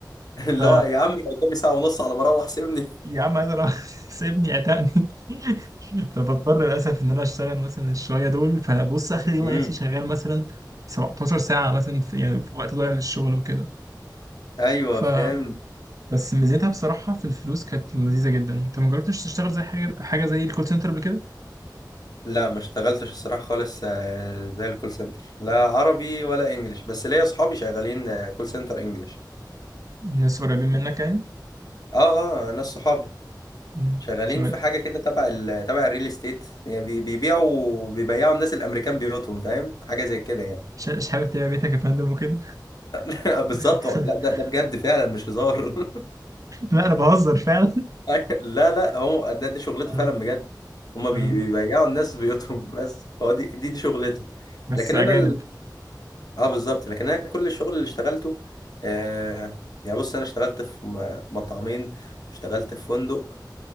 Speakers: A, on the left (about 55°); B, on the right (about 45°).
A: <laughs> اللي
B: ف
A: هو يا عم لو كان ساعه ونص على ما اروح سيبني
B: يا عم عايز اروح <laughs> سيبني عتقني <laughs> فبضطر للاسف ان انا اشتغل مثلا الشويه دول فانا بص اخر يوم
A: امم
B: ألاقي نفسي شغال مثلا 17 ساعه مثلا في, يعني في وقت ضايع للشغل وكده
A: ايوه
B: ف
A: فهمت
B: بس ميزتها بصراحه في الفلوس كانت لذيذه جدا انت ما جربتش تشتغل زي حاجه حاجه زي الكول سنتر قبل كده
A: لا ما اشتغلتش الصراحة خالص آه، زي الكول سنتر لا عربي ولا انجليش بس ليا صحابي شغالين آه، كول سنتر انجليش
B: الناس قريبين منك يعني
A: اه اه ناس صحابي
B: مم.
A: شغالين
B: شغال
A: في حاجة كده تبع ال تبع الريل استيت يعني بي- بيبيعوا بيبيعوا الناس الامريكان بيوتهم فاهم حاجة زي كده يعني
B: ش- مش حابب تبيع بيتك يا فندم وكده
A: <laughs> بالظبط
B: <laughs>
A: هو- لا ده ده بجد فعلا مش هزار
B: لا انا بهزر فعلا
A: <laughs> لا لا هو ده دي شغلته
B: آه،
A: فعلا بجد هما بي-
B: آه.
A: بيبيعوا الناس بيوتهم بس هو دي دي, دي شغلته
B: بس
A: لكن
B: اجانب
A: انا اه بالظبط لكن انا كل الشغل اللي اشتغلته آه يعني بص انا اشتغلت في م- مطعمين اشتغلت في فندق